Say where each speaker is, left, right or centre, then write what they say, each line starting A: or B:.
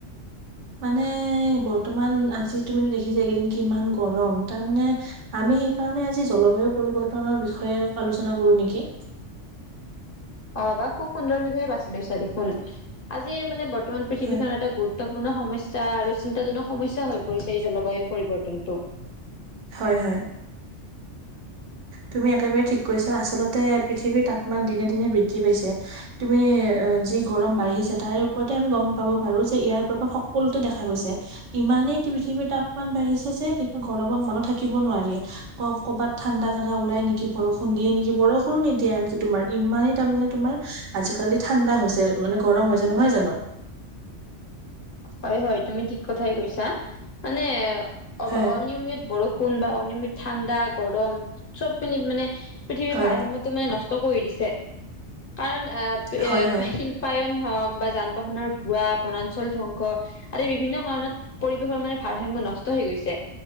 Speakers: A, on the right; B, on the left.
A: মানে বৰ্তমান আজি তুমিতো দেখিছা এই কেইদিন কিমান গৰম তাৰমানে আমি- সেই কাৰণে আজি জলবায়ু পৰিৱৰ্তনৰ বিষয়ে আলোচনা কৰো নেকি?
B: অ বা খুব সুন্দৰ বিষয়ে বাছি লৈছা দেখোন। আজিৰ মানে বৰ্তমান পৃথিৱীখনৰ
A: হয়
B: এটা গুৰুত্ব- পূৰ্ণ সমস্যা আৰু চিন্তাজনক সমস্যা হৈ পৰিছে এই জলবায়ু পৰিৱৰ্তনটো।
A: হয় হয়। তুমি একেবাৰে ঠিক। কৈছা আচলতে পৃথিৱীৰ তাপমান দিনে দিনে বৃদ্ধি পাইছে। তুমি অ যি গৰম বাঢ়ি- তাৰে ওপৰতে আমি গম পাব পাৰো যে, ইয়াৰ প্ৰভাৱ সকলোতে দেখা গৈছে। ইমানেই পৃথিৱীৰ তাপমান বাঢ়িছে যে কিবা গৰমত মানুহ- থাকিব নোৱাৰি ক কবাত ঠাণ্ডা জেগা ওলাই নেকি, বৰষুণ দিয়ে নেকি, বৰষুণো নিদিয়ে আনকি তোমাৰ। ইমানেই। তাৰ মানে তোমাৰ আজিকালি ঠাণ্ডা হৈছে মানে গৰম হৈছে নহয় জানো।
B: হয় হয় তুমি ঠিক কথাই কৈছা মানে- অ
A: হয়
B: অনিয়মিত বৰষুণ বা অনিয়মিত ঠাণ্ডা গৰম চব মিলি মানে- পৃথিৱীৰ
A: হয়
B: ভাৰসাম্যটো মানে নষ্ট কৰি দিছে। কাৰণ- আহ এ
A: হয় হয়
B: শিল্পায়ন হওক বা যান বাহনৰ ধোৱা বনা- ধ্বংস আদি বিভিন্ন কাৰণত পৰিৱেশৰ মানে ভাৰসাম্য নষ্ট হৈ গৈছে।